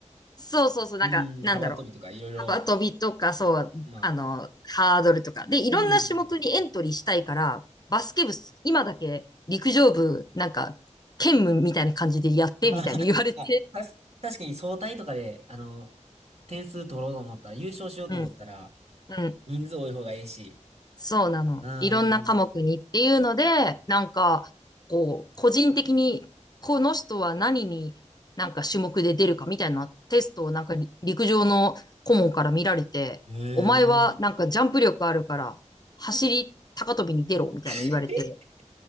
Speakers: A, on the left; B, on the right.
A: そうそうそう、なんか、
B: うん、
A: なんだろう。
B: 幅跳びとかいろいろ、
A: 幅跳びとか、そう、
B: まあ、
A: あの、ハードルとか。で、いろんな種目にエントリーしたいから、
B: うん。
A: バスケ部、今だけ陸上部、なんか、兼務みたいな感じでやって、
B: <laughs>
A: みたいに言われて、
B: あ、あたし確かに総体とかで、あの、点数取ろうと思ったら、優勝しようと思ったら、
A: <laughs> うん、うん。
B: 人数多い方がいいし。
A: そうなの。
B: う
A: いろんな科目にっていうので、
B: ん。
A: なんか、こう、個人的に、この人は何になんか種目で出るかみたいなテストをなんかり陸上の顧問から見られて、
B: えー、
A: お前はなんかジャンプ力あるから、走り高跳びに出ろみたいに言われて、
B: <laughs>